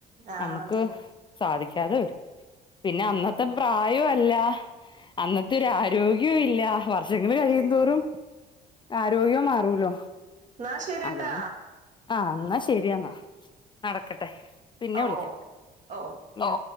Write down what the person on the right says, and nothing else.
ആഹ്
അതന്നെ
ആഹ്
ശരിയാ
എന്നാ ശരിട്ടാ.
ഓ
ഓ